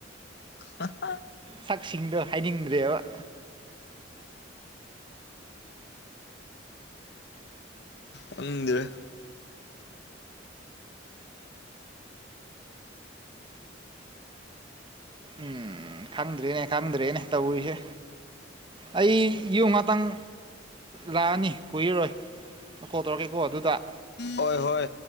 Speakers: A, on the left (about 60°); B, on the right (about 25°).
A: <unintelligible>
B: ꯁꯛꯁꯤꯡꯗꯣ ꯍꯥꯏꯅꯤꯡꯗ꯭ꯔꯦꯕ꯫
A: ꯈꯪꯗꯔꯦ꯫
B: ꯎꯝ ꯈꯪꯗ꯭ꯔꯦꯅꯦ ꯈꯪꯗ꯭ꯔꯦꯅꯦ ꯇꯧꯔꯤꯁꯦ ꯑꯩ ꯌꯨꯝ ꯉꯥꯛꯇꯪ ꯂꯥꯛꯑꯅꯤ ꯀꯨꯏꯔꯔꯣꯏ ꯀꯣ ꯇꯧꯔꯛꯀꯦꯀꯣ ꯑꯗꯨꯗ
A: ꯍꯣꯏ ꯍꯣꯏ